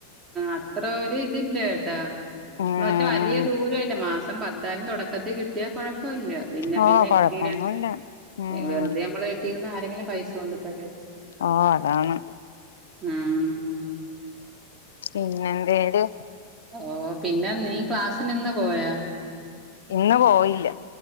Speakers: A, on the right (about 20°); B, on the left (about 65°).
A: അത്ര ഒരിതില്ലെട്ടാ
B: ഉം
A: ന്വെച്ചാ അലിയ ദൂരല്ല മാസം പത്താലും തെടക്കത്തിൽ കിട്ടിയാ കൊഴപ്പ് പ്പല്ല പിന്നെ
B: ഓ
A: പിന്നെ എക്സ്പീരിയൻസ്
B: കൊഴപ്പൊന്നുല്ല ഉം
A: വെറുതെ നമ്മള് തീർന്ന ആരെങ്കിലും പൈസ കൊണ്ട്ത്തരോ
B: ഓ അതാണ്
A: ഉം
B: പിന്നെന്തേത്
A: ഓ പിന്നെ നീ ക്ലാസ്സിന് ന്ന് പോയാ
B: ഇന്ന് പോയില്ല